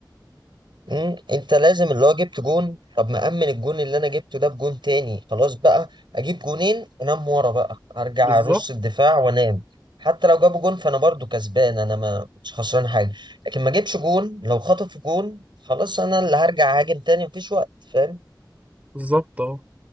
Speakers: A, on the right (about 80°); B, on the right (about 20°).
A: مم، انت لازم اللي هو جبت جون طب ما امن الجون اللي انا جبته ده بجون تاني خلاص بقى اجيب جونين انام ورا بقى ارجع
B: بالظبط
A: ارص الدفاع وانام حتى لو جابوا جون فانا برضو كسبان انا ما مش خسران حاجه لكن ما جبش جون لو خطفوا جون خلاص انا اللي هرجع هاجم تاني مفيش وقت فاهم
B: بالظبط اه